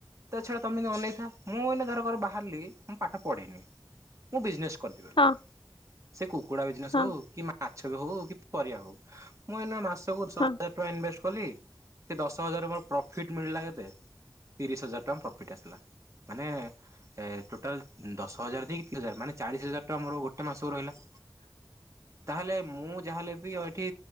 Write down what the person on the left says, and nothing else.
ହଁ
ହଁ
ହଁ
ହ <inaudible>